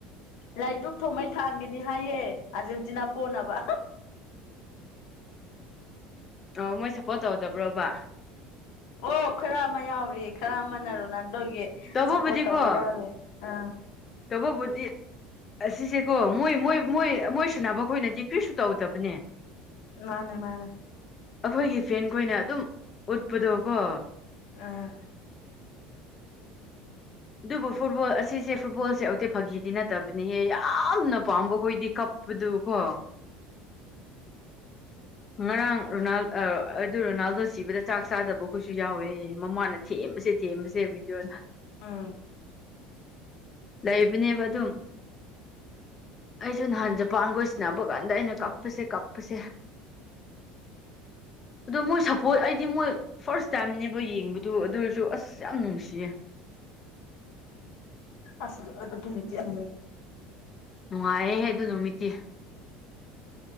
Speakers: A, on the left; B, on the left.
A: ꯂꯥꯏꯗꯨꯛ ꯊꯣꯃꯩ ꯊꯥꯟꯒꯅꯤ ꯍꯥꯏꯌꯦ ꯑꯥꯔꯖꯦꯟꯇꯤꯅꯥ ꯄꯣꯅꯕ <inaudible>
B: ꯑꯣ ꯃꯣꯏ ꯁꯞꯄꯣꯔꯠ ꯇꯧꯗꯕ꯭ꯔꯣꯕ
A: ꯑꯣ ꯈꯔ ꯑꯃ ꯌꯥꯎꯔꯤ ꯈꯔ ꯑꯃꯅ ꯔꯣꯅꯥꯟ ꯗꯣꯒꯤ
B: ꯇꯧꯕꯕꯨꯗꯤꯀꯣ
A: ꯁꯞꯄꯣꯔꯠ ꯇꯧꯕ ꯌꯥꯎꯔꯤ ꯑꯥ
B: ꯇꯧꯕꯕꯨꯗꯤ ꯑꯁꯤꯁꯦꯀꯣ ꯃꯣꯏ ꯃꯣꯏ ꯃꯣꯏ ꯁꯥꯟꯅꯕ ꯈꯣꯏꯅꯗꯤ ꯀ꯭ꯔꯤꯁꯨ ꯇꯧꯗꯕꯅꯦ
A: ꯃꯥꯅꯦ ꯃꯥꯅꯦ
B: ꯑꯈꯣꯏꯒꯤ ꯐꯦꯟꯈꯣꯏꯅ ꯑꯗꯨꯝ ꯎꯠꯄꯗꯣꯀꯣ
A: ꯑꯥ
B: ꯗꯨꯕꯨ ꯐꯨꯠꯕꯣꯜ ꯑꯁꯤꯁꯦ ꯐꯨꯠꯕꯣꯜ ꯁꯦ ꯑꯣꯇꯦ ꯐꯥꯒꯤꯗꯤ ꯅꯠꯇꯕꯅꯤꯍꯦ ꯌꯥꯝꯅ ꯄꯥꯝꯕ ꯈꯣꯏꯗꯤ ꯀꯞꯄꯗꯨ ꯀꯣ
A: <unintelligible>
B: ꯉꯔꯥꯡ ꯔꯣꯅꯥꯜ ꯑꯗꯨ ꯔꯣꯅꯥꯜꯗꯣ ꯁꯤꯕꯗ ꯆꯥꯛ ꯆꯥꯗꯕ ꯈꯣꯏꯁꯨ ꯌꯥꯎꯋꯦꯌꯦ ꯃꯃꯥꯅ ꯊꯦꯝ ꯕꯁꯦ ꯊꯦꯝꯕꯁꯦ ꯕꯤꯗꯤꯑꯣꯅ
A: ꯑꯝ
B: ꯂꯩꯕꯅꯦꯕ ꯑꯗꯨꯝ ꯑꯩꯁꯨ ꯅꯍꯥꯟ ꯖꯄꯥꯟꯈꯣꯏ ꯁꯟꯅꯕ ꯀꯥꯟꯗ ꯑꯩꯅ ꯀꯞꯄꯁꯦ ꯀꯞꯄꯁꯦ
A: <unintelligible>
B: ꯑꯗꯣ ꯃꯣꯏ ꯁꯞꯄꯣꯔꯠ ꯑꯩꯗꯤ ꯃꯣꯏ ꯐꯥꯔꯁ ꯇꯥꯏꯝꯅꯦꯕ ꯌꯦꯡꯕꯗꯨ ꯑꯗꯨ ꯑꯣꯏꯔꯁꯨ ꯑꯁ ꯌꯥꯝ ꯅꯨꯡꯁꯤꯌꯦ
A: ꯑꯁ <unintelligible>
B: ꯅꯨꯉꯥꯏꯌꯦꯍꯦ ꯑꯗꯨ ꯅꯨꯃꯤꯠꯇꯤ